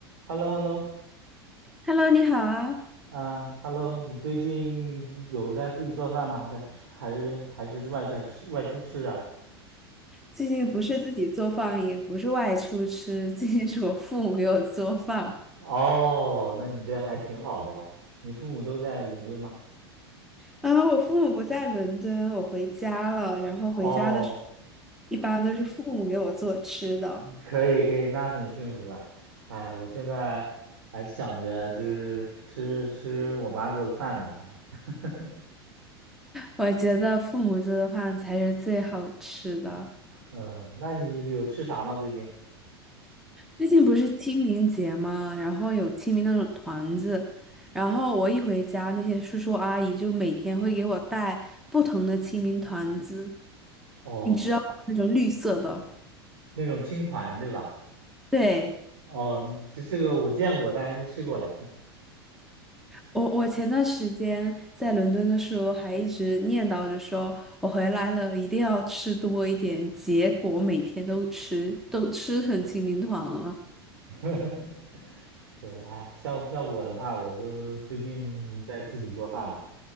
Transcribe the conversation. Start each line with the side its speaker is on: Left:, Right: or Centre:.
Right: h e l l o h e l l o
Centre: Hello，你好啊！
Right: 啊，Hello，你最近有在自己做饭吗？在吃还是还是外出吃外出吃的？
Centre: 最近不是自己做饭，也不是外出吃，最近是我父母给我做饭。
Right: 哦，那你这还挺好的呀。你父母都在伦敦吗？
Centre: 啊，我父母不在伦敦，我回家了，然后回家的时候，
Right: 哦，
Centre: 一般都是父母给我做吃的。
Right: 可以可以，那很幸福了。哎，我现在还想着就是吃吃我妈做的饭呢，还。<laughs>
Centre: 我觉得父母做的饭才是最好吃的。
Right: 嗯，那你有吃啥吗？最近？
Centre: 最近不是清明节嘛，然后有清明那种团子，然后我一回家，那些叔叔阿姨就每天会给我带不同的清明团子，
Right: 哦，
Centre: 你知道那种绿色的。
Right: 那种青团对吧？
Centre: 对，
Right: 哦，这这个我见过，但还没吃过嘞。
Centre: 我，我前段时间在伦敦的时候，还一直念叨着说，我回来了一定要吃多一点。结果每天都吃，都吃成清明团了。
Right: <laughs> 对，哎，像像我的话，我都最近在自己做饭嘛，